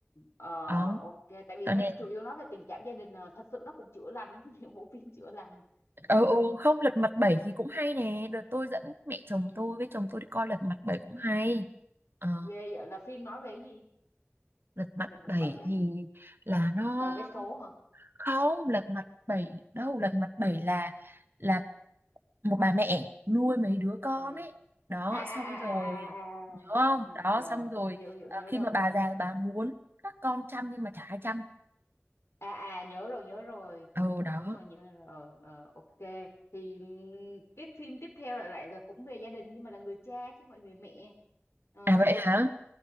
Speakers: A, on the left; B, on the right.
A: ờ
B: đó
A: ok tại vì
B: cho
A: nó
B: nên
A: chủ yếu nói về tình cảm gia đình à. thật sự nó cũng chữa lành <laughs> những bộ phim chữa lành
B: Ờ, ừ, không lật mặt bảy thì cũng hay nè đợt tôi dẫn mẹ chồng
A: ừ
B: tôi với chồng tôi đi coi lật mặt bảy cũng hay ờ,
A: ghê vậy là phim nói về cái gì
B: lật mặt
A: lật mặt
B: bảy
A: bảy á
B: thì là nó
A: tờ vé số hả
B: không lật mặt bảy đâu lật mặt bảy là là một bà mẹ nuôi mấy đứa con
A: ừ
B: ấy đó
A: à à
B: xong
A: à à
B: rồi
A: à à
B: nhớ không
A: ừ,
B: đó
A: ừ, rồi
B: xong rồi
A: hiểu hiểu
B: ờ,
A: nhớ
B: khi
A: rồi
B: mà bà
A: nhớ rồi
B: già bà muốn các con chăm nhưng mà chả ai chăm
A: à à nhớ rồi nhớ rồi
B: ừ đó
A: đúng rồi nhớ rồi ờ, ờ, ok thì ừm, cái phim tiếp theo lại lại là cũng về gia đình nhưng mà là người cha chứ không phải người mẹ ờ
B: à vậy hả